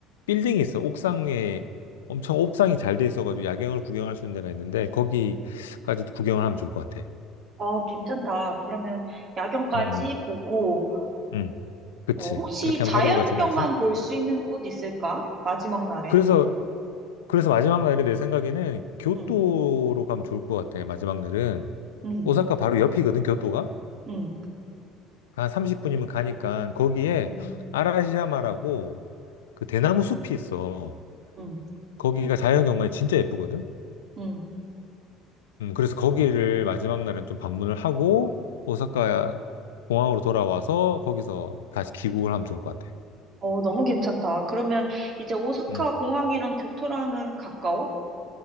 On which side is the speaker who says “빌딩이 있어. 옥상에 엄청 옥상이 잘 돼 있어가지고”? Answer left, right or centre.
Left